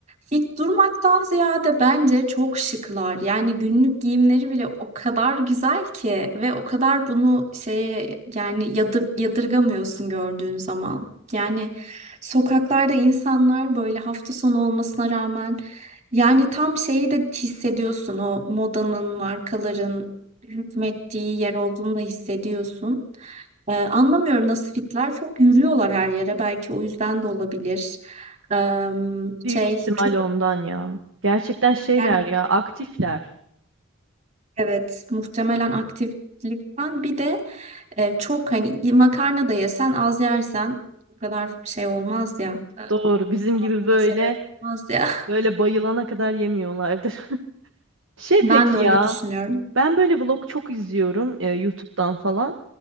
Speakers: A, on the right; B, on the right.
A: fit durmaktan ziyade bence çok şıklar. Yani günlük giyimleri bile o kadar güzel ki ve o kadar bunu şeye yani yadır, yadırgamıyorsun gördüğün zaman. Yani sokaklarda insanlar böyle hafta sonu olmasına rağmen yani tam şeyi de hissediyorsun o modanın, markaların hükmettiği yer olduğunu da hissediyorsun. Ee, anlamıyorum nasıl fitler. Çok yürüyorlar her yere. Belki o yüzden de olabilir. Ee,
B: büyük
A: şey
B: ihtimal
A: çok
B: ondan ya. Gerçekten şeyler
A: yani
B: ya, aktifler.
A: evet muhtemelen aktiflikten bir de e, çok hani makarna da yesen az yersen o kadar şey olmaz ya. e,
B: Doğru. Bizim gibi
A: Almana
B: böyle
A: sebep olmaz ya. <laughs>
B: böyle bayılana kadar yemiyorlardır. <laughs> Şey
A: Ben
B: peki
A: de öyle
B: ya,
A: düşünüyorum.
B: ben böyle vlog çok izliyorum e, YouTube'dan falan.